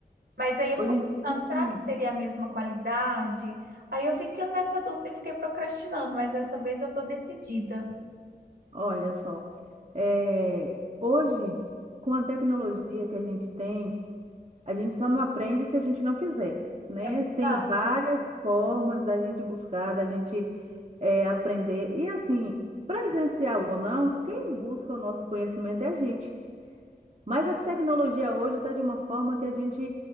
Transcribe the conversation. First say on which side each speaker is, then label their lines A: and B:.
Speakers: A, on the right; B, on the right.
A: Mas aí eu
B: Hoje
A: fico
B: em dia,
A: pensando, será
B: sim.
A: que seria a mesma qualidade? Aí eu fiquei nessa dúvida e fiquei procrastinando, mas dessa vez eu tô decidida.
B: olha só, é, hoje, com a tecnologia que a gente tem, A gente só não aprende se a gente não quiser, né?
A: É verdade.
B: Tem várias formas da gente buscar, da gente eh, aprender. E assim, presencial ou não, quem busca o nosso conhecimento é a gente. Mas a tecnologia hoje está de uma forma que a gente